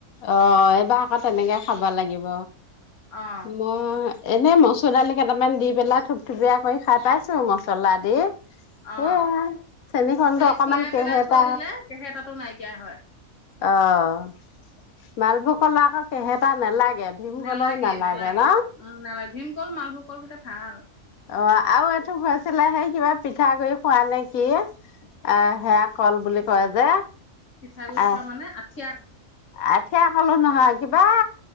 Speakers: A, on the left; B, on the left.
A: অ' এইবাৰ আকৌ তেনেকে খাব লাগিব।
B: অ
A: মই এনে ম <inaudible> চণালী কেইটামান দি পেলাই থুপথুপীয়া কৰি খাই পাইছো মচলা দি। সেয়া
B: অ'
A: চেনীকলটো
B: এই
A: অকমান
B: তিয়াই
A: কেহেতা
B: পেলাই থৈ দিলে কেহেতাতো নাইকিয়া <inaudible> হয়।
A: অ' মালভোগ কলা আক কেহেতা নালাগে। ভীমকলও
B: নালাগে নালাগে
A: ন
B: উম নালাগে ভীম <inaudible> <inaudible> কল মালভোগ কলকেইটা ভাল।
A: অ' আৰু এইটো কৈছিলে সেই কিবা পিঠাগুড় খোৱা নে কি অ' সেয়া কল বুলি
B: পি-
A: কয় যে।
B: পিঠাগুৰি
A: আহ
B: খোৱা মানে আঠ।
A: আঠিয়া কলো নহয় কিবা।